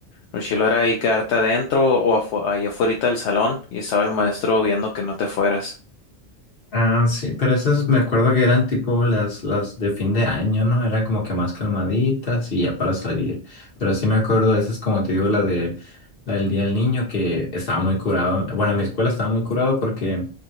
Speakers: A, on the left; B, on the left.
A: Lo chilo era ahí quedarte adentro o afu- ahí afuera del salón y estaba el maestro viendo que no te fueras.
B: Ah, sí, pero esas me acuerdo que eran tipo las, las de fin de año, ¿no? Eran como que más calmaditas y ya para salir. Pero sí me acuerdo, de esas como te digo, la de la del Día del Niño, que estaba muy curado. Bueno, en mi escuela estaba muy curado porque